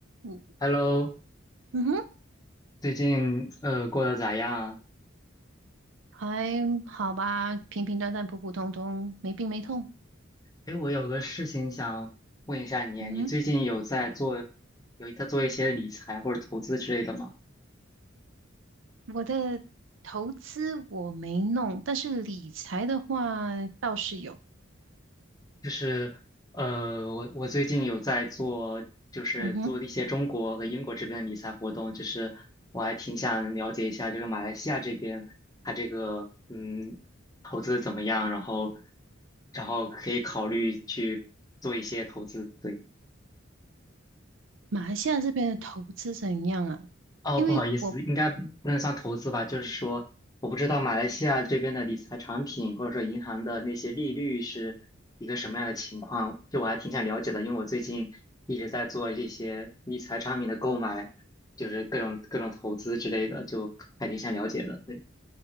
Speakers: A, on the right; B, on the left.
A: 嗯
B: Hello，
A: 嗯哼，
B: 最近呃过得咋样啊？
A: 还好吧，平平淡淡，普普通通，没病没痛。
B: 哎，我有个事情想问一下你，
A: 嗯哼，
B: 你最近有在做，有在做一些理财或者投资之类的吗？
A: 我的投资我没弄，但是理财的话倒是有。
B: 就是呃，我我最近有在做，就是做一些中国和英国这边的理财活动，
A: 嗯哼，
B: 就是我还挺想了解一下，就是马来西亚这边它这个嗯投资怎么样，然后然后可以考虑去做一些投资，对。
A: 马来西亚这边的投资怎样啊？
B: 哦，
A: 因为我
B: 不好意思，应该不能算投资吧？就是说，我不知道马来西亚这边的理财产品或者说银行的那些利率是一个什么样的情况，就我还挺想了解的，因为我最近一直在做这些理财产品的购买，就是各种各种投资之类的，就还挺想了解的。对，